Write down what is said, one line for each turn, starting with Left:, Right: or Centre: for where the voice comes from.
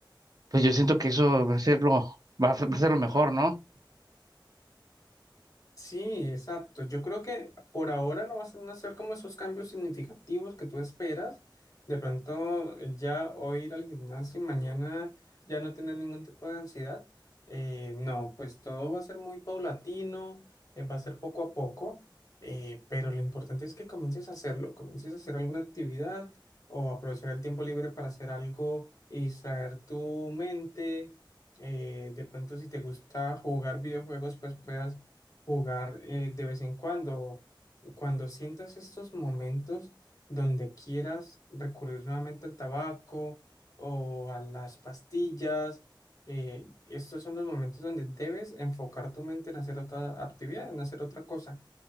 Right: pues yo siento que eso va a ser lo, va a ser, va a ser lo mejor, ¿no?
Left: Sí, exacto. Yo creo que por ahora no vas a hacer como esos cambios significativos que tú esperas. De pronto, eh, ya hoy ir al gimnasio y mañana ya no tener ningún tipo de ansiedad. Eh, no, pues todo va a ser muy paulatino, eh, va a ser poco a poco, eh, pero lo importante es que comiences a hacerlo, comiences a hacer alguna actividad o aprovechar el tiempo libre para hacer algo y distraer tu mente. Eh, de pronto, si te gusta jugar videojuegos, pues puedas jugar eh, de vez en cuando, cuando sientas estos momentos donde quieras recurrir nuevamente al tabaco o a las pastillas, eh, estos son los momentos donde debes enfocar tu mente en hacer otra actividad, en hacer otra cosa.